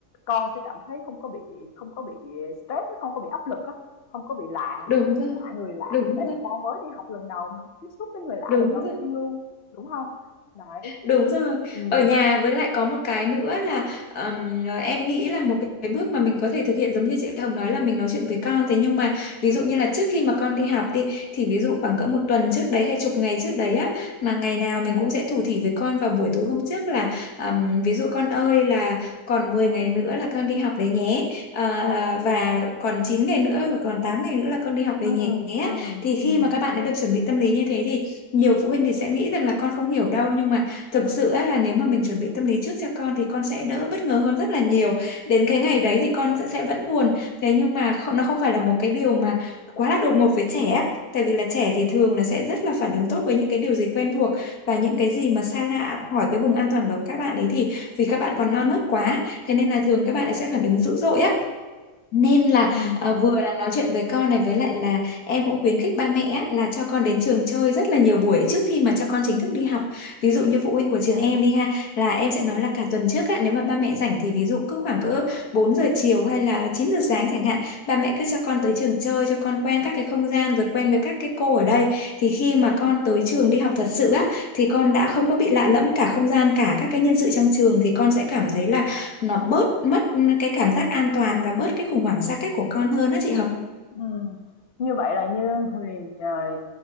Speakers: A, on the left (about 40°); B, on the left (about 75°).
A: con sẽ cảm thấy không có bị không có bị stress không có bị áp lực á, không có bị lạ
B: đúng rồi
A: lạ người lạ,
B: đúng
A: tại
B: rồi
A: vì con mới đi học lần đầu mà, tiếp xúc với người lạ
B: đúng
A: lần đầu
B: rồi
A: tiên luôn, đúng không? Đấy,
B: Đúng rồi.
A: ừm,
B: Ở nhà với lại có một cái nữa là ừm, em nghĩ là một cái bước mà mình có thể thực hiện giống như chị Hồng nói là mình nói chuyện với con thế nhưng mà ví dụ như là trước khi mà con đi học đi thì ví dụ khoảng cỡ một tuần trước đấy hay chục ngày trước đấy á mà ngày nào mình cũng sẽ thủ thỉ với con vào buổi tối hôm trước là ừm, ví dụ con ơi là còn 10 ngày nữa là con đi học đấy nhé Ờ, và còn 9 ngày nữa còn 8 ngày nữa là con đi học đấy
A: ừm,
B: nhé
A: ừm,
B: thì khi
A: ừm,
B: mà các bạn đã được chuẩn bị tâm lý như thế thì nhiều phụ huynh thì sẽ nghĩ rằng là con không hiểu đâu nhưng mà thực sự á, là nếu mà mình chuẩn bị tâm lý trước cho con thì con sẽ đỡ bất ngờ hơn rất là nhiều đến cái ngày đấy thì con sẽ, sẽ vẫn buồn thế nhưng mà không, nó không phải là một cái điều mà quá là đột ngột với trẻ á. tại vì là trẻ thì thường là sẽ rất là phản ứng tốt với những cái điều gì quen thuộc và những cái gì mà xa lạ khỏi cái vùng an toàn của các bạn ấy thì vì các bạn còn non nớt quá thế nên là thường các bạn ấy sẽ phản ứng dữ dội á nên là
A: ừm,
B: ờ, vừa là nói chuyện với con này với lại là em cũng khuyến khích ba mẹ á, là cho con đến trường chơi rất là nhiều buổi trước khi mà cho con chính thức đi học. Ví dụ như phụ huynh của trường em đi ha, là em sẽ nói là cả tuần trước á, nếu mà ba mẹ rảnh thì ví dụ cứ khoảng cỡ 4 giờ chiều hay là 9 giờ sáng chẳng hạn, ba mẹ cứ cho con tới trường chơi cho con quen các cái không gian rồi quen với các cái cô ở đây. Thì khi mà con tới trường đi học thật sự á thì con đã không có bị lạ lẫm cả không gian cả các cái nhân sự trong trường thì con sẽ cảm thấy là nó bớt mất cái cảm giác an toàn và bớt cái khủng hoảng xa cách của con hơn á chị Hồng
A: ừm. Như vậy là như Huyền trời